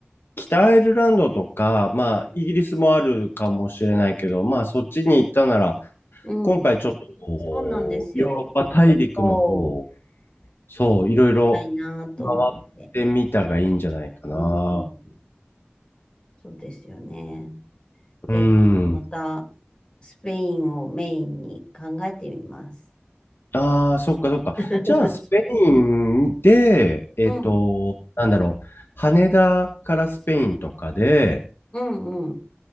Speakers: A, on the left (about 60°); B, on the left (about 25°).
A: 北アイルランドとか、まあ、イギリスもあるかもしれないけど、まあ、そっちに行ったなら、
B: うん。
A: 今回ちょっとこう、
B: そうなんですよ。
A: ヨーロッパ大陸の方、
B: そう、
A: そう、いろいろ
B: たいなと思って。
A: 回ってみたがいいんじゃないかな。
B: うん。そうですよね。じゃあ、
A: うん。
B: ちょっとまた、スペインをメインに考えてみます。
A: ああ、そっかそっか。
B: <laughs>
A: じゃあ、スペインで、えっと、
B: うん、
A: なんだろう、羽田からスペインとかで、
B: うん、うん、